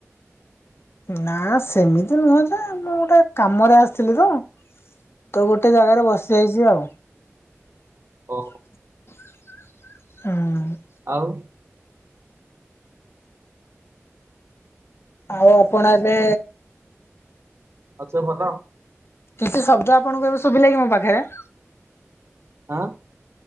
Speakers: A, on the left; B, on the right.
A: ନା ସେମିତି ନୁହଁ ଯେ ମୁଁ ଗୋଟେ କାମରେ ଆସିଥିଲି ତ ତ ଗୋଟେ ଗୋଟେ ଜାଗାରେ ବସିଯାଇଛି ଆଉ।
B: ଓ ହ
A: ଉଁ
B: ଆଉ।
A: ଆଉ ଆପଣ ଏବେ।
B: ନଥୀବ ଭଲ ଆଉ
A: କିଛି ଶବ୍ଦ ଆପଣଙ୍କୁ ଏବେ ଶୁଭିଲା କି ମୋ ପାଖରେ।
B: ଆଁ